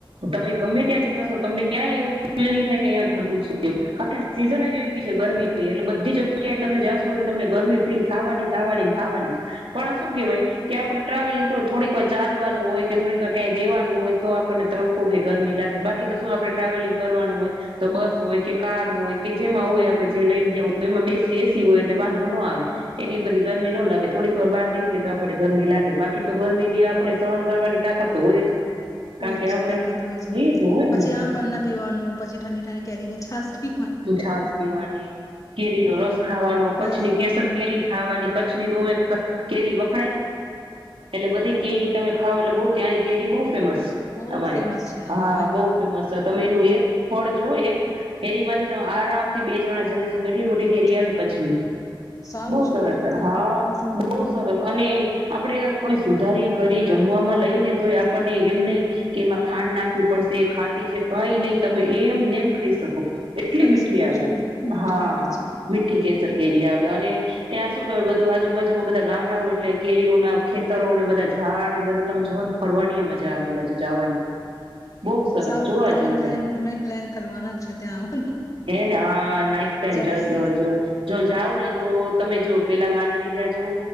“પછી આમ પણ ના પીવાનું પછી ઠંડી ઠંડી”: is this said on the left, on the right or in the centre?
Left